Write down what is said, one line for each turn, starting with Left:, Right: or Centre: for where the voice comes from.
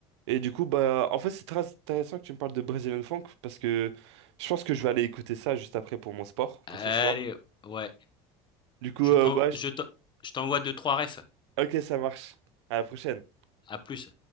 Right: Et du coup, bah, en fait, c'est très intéressant que tu me parles de Brazilian Funk parce que je pense que je vais aller écouter ça juste après pour mon sport,
Left: Allez,
Right: pour ce soir.
Left: ouais.
Right: Du coup,
Left: Je
Right: euh,
Left: t'en
Right: bah, je-
Left: je t'en je t'envoie deux, trois refs.
Right: ok, ça marche. À la prochaine.
Left: À plus.